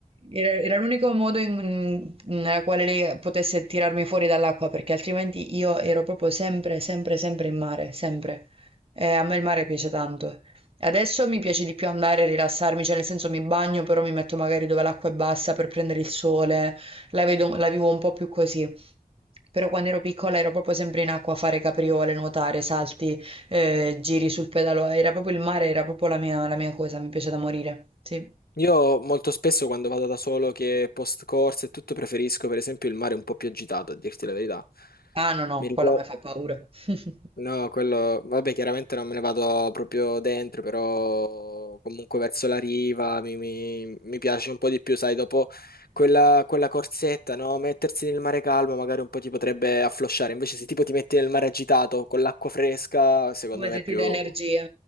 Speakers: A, on the right; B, on the left.
A: era era l'unico modo in- nella quale lei potesse tirarmi fuori dall'acqua, perché altrimenti io ero proprio sempre, sempre, sempre in mare, sempre. E a me il mare piace tanto. Adesso mi piace di più andare a rilassarmi, cioè nel senso mi bagno, però mi metto magari dove l'acqua è bassa per prendere il sole, la vedo- la vivo un po' più così. Però quando ero piccola ero proprio sempre in acqua a fare capriole, nuotare, salti, eh, giri sul pedalò. Era proprio il mare, era proprio la mia, la mia cosa, mi piace da morire. Sì.
B: Io molto spesso quando vado da solo che post corsa e tutto preferisco per esempio il mare un po' più agitato, a dirti la verità.
A: Ah no, no,
B: Mi ricordo...
A: quella mi fa paura. <laughs>
B: No, quello... Vabbè, chiaramente non me ne vado proprio dentro, però comunque verso la riva mi, mi- mi piace un po' di più, sai, dopo quella, quella corsetta, no? Mettersi nel mare calmo magari un po' ti potrebbe afflosciare, invece se tipo ti metti nel mare agitato con l'acqua fresca, secondo
A: Come
B: me
A: se
B: è più...
A: ti dà energia.